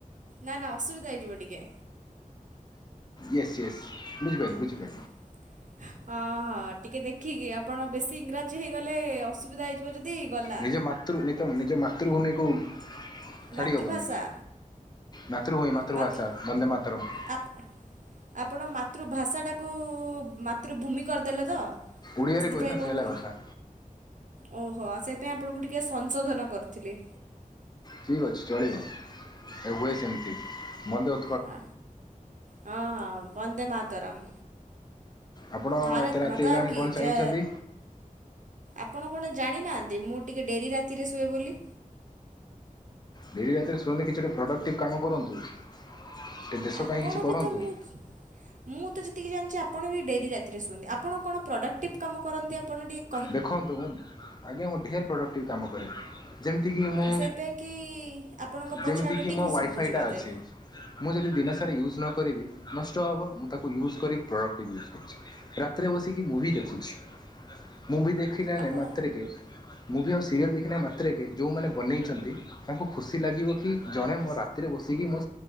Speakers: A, on the right; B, on the left.
A: ନା ନା ଅସୁବିଧା ହେଇଯିବ ଟିକେ।
B: Yes yes ବୁଝିପାଇଲି ବୁଝିବପାଇଲି।
A: <inaudible> ହ ହଁ ଟିକେ ଦେଖିକି ଆପଣ ବେଶୀ ଇଂରାଜୀ ହେଇଗଲେ ଅସୁବିଧା ହେଇଯିବ ଯଦି। ଗଲା।
B: ନିଜ ମାତୃ ନିଜ ମାତୃଭୂମିକୁ। ଛାଡ଼ି
A: ମାତୃଭାଷା।
B: ହେବନି ମାତୃଭୂମି ମାତୃଭାଷା
A: ମାତୃ
B: ଦନ୍ଦେ ମାତାରମ୍।
A: ଆପ ଆପଣ ମାତୃଭାଷାଟାକୁ ମାତୃଭୂମି କରିଦେଲେ ତ।
B: ଓଡ଼ିଆରେ
A: ସେଥିପାଇଁ
B: କହିଲେ ନା
A: ଆପଣଙ୍କୁ
B: ସେ ହେଲା କଥା।
A: ଓହୋ ସେଇଥିପାଇଁ ଆପଣଙ୍କୁ ଟିକିଏ ସଂଶୋଧନ କରିଥିଲି।
B: ଠିକ୍ ଅଛି ଚଳିବ ଏ ହୁଏ ସେମିତି ବନ୍ଦେ ଅ
A: ହ ହଁ ହଁ ବନ୍ଦେ ମାତାରମ୍।
B: ଆପଣ
A: ଭାରତ
B: ଏତେ ରାତି
A: ମତା
B: ହେଲାଣି
A: କି
B: କଣ ଚାହିଁଛନ୍ତି?
A: ଜୟ। ଆପଣ କଣ ଜାଣିନାହାନ୍ତି ମୁଁ ଟିକେ ଡେରି ରାତିରେ ଶୁଏ ବୋଲି।
B: ଡେଲି ରାତିରେ ଶୁଣନ୍ତି କିଛି ଗୋଟେ ପ୍ରଡ଼କ୍ଟିଭ୍ କାମ କରନ୍ତୁ ଟିକେ ଦେଶ
A: ଆପଣ
B: ପାଇଁ କିଛି କରନ୍ତୁ।
A: ବି ତ ମୁଁ ମୁଁ ତ ଯେତିକି ଜାଣିଚି ଆପଣ ବି ଡେରି ରାତିରେ ଶୁଅନ୍ତି ଆପଣ କଣ ପ୍ରଡ଼କ୍ଟିଭ୍ କାମ କରନ୍ତି ଆପଣ ଟିକିଏ।
B: ଦେଖନ୍ତୁ ଆଜ୍ଞା ମୁଁ ଢେର ପ୍ରଡ଼କ୍ଟିଭ୍ କାମ କରେ। ଯେମିତିକି ମୁଁ
A: ସେଇଥିପାଇଁ କି ଆପଣଙ୍କ ପଛଆଡ଼େ
B: ଯେମିତିକି
A: ଟିଭି
B: ମୋ ୱାଇଫାଇଟା
A: ଶୁଭୁଛି ମୋତେ
B: ଅଛି। ମୁଁ ଯଦି ଦିନସାରା ୟୁଜ୍ ନ କରିବି ନଷ୍ଟ ହେବ ମୁଁ ତାକୁ ୟୁଜ୍ କରି ପ୍ରଡ଼କ୍ଟିଭ୍ ୟୁଜ୍ କରୁଛି। ରାତିରେ ବସିକି ମୁଭି ଦେଖୁଛି। ମୁଭି ଦେଖିଲା
A: ଆପଣ
B: ମାତ୍ରକେ ମୁଭି ଆଉ ସିରିଏଲ ଦେଖିଲା ମାତ୍ରକେ ଯେଉଁମାନେ ବନେଇଛନ୍ତି। ତାଙ୍କୁ ଖୁସି ଲାଗିବ କି ଜଣେ ମୋ ରାତିରେ ବସିକି ମୋ